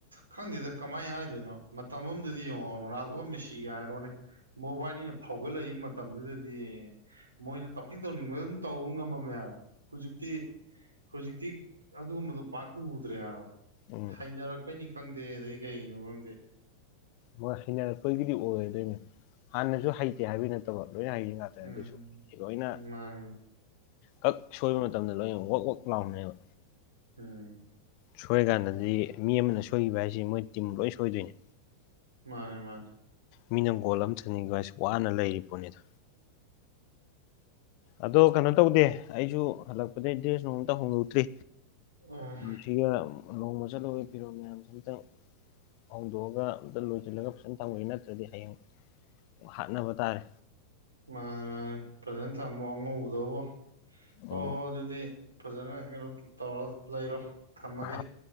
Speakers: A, on the right; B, on the left.
A: ꯈꯪꯗꯦꯗ ꯀꯃꯥꯏ ꯍꯥꯏꯗꯣꯏꯅꯣ ꯃꯇꯝ ꯑꯃꯗꯗꯤ ꯌꯦꯡꯉꯣ ꯔꯣꯅꯥꯜꯗꯣ ꯃꯦꯁ ꯁꯤ ꯍꯥꯏꯔꯣꯅꯦ ꯃꯧꯕꯥꯏꯅꯤꯅ ꯐꯥꯎꯒꯠꯂꯛꯏ ꯃꯠ ꯇꯝꯗꯨꯗꯗꯤ ꯃꯣꯏꯅ ꯇꯧꯅꯤꯡ ꯇꯧꯅꯤꯡꯕ ꯑꯗꯨꯝ ꯇꯧꯕ ꯉꯝꯃꯝꯃꯦ ꯍꯥꯏꯕ ꯍꯨꯖꯤꯛꯇꯤ ꯍꯨꯖꯤꯛꯇꯤ ꯑꯗꯨꯒꯨꯝꯕꯗꯣ ꯄꯥꯛ ꯎꯗ꯭ꯔꯦ ꯍꯥꯏꯕ
B: ꯎꯝ
A: ꯍꯩꯅꯔꯛ ꯄꯩꯅꯤ ꯈꯪꯗꯦ ꯑꯗꯩ ꯀꯩꯒꯤꯅꯣ ꯈꯪꯗꯦ
B: ꯃꯣꯏ ꯍꯩꯅꯔꯛꯄꯒꯤꯗꯤ ꯑꯣꯏꯗꯣꯏꯅꯦ ꯍꯥꯟꯅꯁꯨ ꯍꯩꯇꯦ ꯍꯥꯏꯕꯩ ꯅꯠꯇꯕ ꯂꯣꯏꯅ ꯍꯩꯔꯤ ꯉꯥꯠ
A: ꯎꯝ
B: ꯑꯗꯨꯁꯨ ꯂꯣꯏꯅ
A: ꯃꯥꯅꯦ
B: ꯀꯛ ꯁꯣꯏꯕ ꯃꯇꯝꯗ ꯂꯣꯏꯅ ꯋꯛ ꯋꯛ ꯂꯥꯎꯅꯦꯕ
A: ꯎꯝ
B: ꯁꯣꯏꯔꯀꯥꯟꯗꯗꯤ ꯃꯤ ꯑꯃꯅ ꯁꯣꯏꯒꯤꯕ ꯍꯥꯏꯁꯤ ꯃꯣꯏ ꯇꯤꯝ ꯂꯣꯏ ꯁꯣꯏꯗꯣꯏꯅꯦ
A: ꯃꯥꯅꯦ ꯃꯥꯅꯦ
B: ꯃꯤꯅ ꯒꯣꯜ ꯑꯃ ꯆꯟꯒꯤꯕ ꯍꯥꯏꯁꯤ ꯋꯥꯅ ꯂꯩꯔꯤꯄꯣꯅꯤꯗ ꯑꯗꯣ ꯀꯩꯅꯣ ꯇꯧꯗꯦ ꯑꯩꯁꯨ ꯍꯜꯂꯛꯄꯗꯩ ꯗ꯭ꯔꯦꯁ ꯅꯨꯡ ꯑꯝꯇ ꯍꯣꯡꯗꯣꯛꯇ꯭ꯔꯤ
A: ꯎꯝ
B: ꯁꯤꯒ ꯂꯨꯍꯣꯡꯕ ꯆꯠꯂꯨꯕꯩ ꯐꯤꯔꯣꯜ ꯃꯌꯥꯝꯁꯦ ꯑꯝꯇꯪ ꯐꯧꯗꯣꯛꯑꯒ ꯑꯝꯇ ꯂꯣꯏꯁꯤꯜꯂꯒ ꯐꯖꯅ ꯊꯝꯒꯦ ꯅꯠꯇ꯭ꯔꯗꯤ ꯍꯌꯦꯡ ꯍꯥꯠꯅꯕ ꯇꯥꯔꯦ
A: ꯃꯥꯅꯦ ꯃꯥꯅꯦ ꯐꯖꯅ ꯊꯝꯃꯣ ꯑꯉꯧꯕꯗꯕꫭ ꯍꯣ
B: ꯑꯣ
A: ꯍꯣꯏ ꯑꯗꯨꯗꯤ ꯐꯖꯅ ꯀꯩꯅꯣ ꯇꯧꯔ ꯂꯩꯔꯣ ꯊꯝꯃꯒꯦ
B: ꯍꯣꯏ